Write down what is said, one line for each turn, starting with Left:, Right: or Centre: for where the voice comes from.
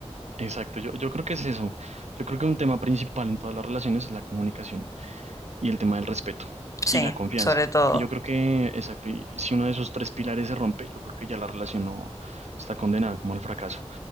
Right: exacto. Yo, yo creo que es eso. Yo creo que un tema principal en todas las relaciones es la comunicación. y el tema del respeto
Left: Sí,
Right: y la confianza.
Left: sobre todo.
Right: Y yo creo que, exacto, y si uno de esos tres pilares se rompe, yo creo que ya la relación no está condenada como al fracaso.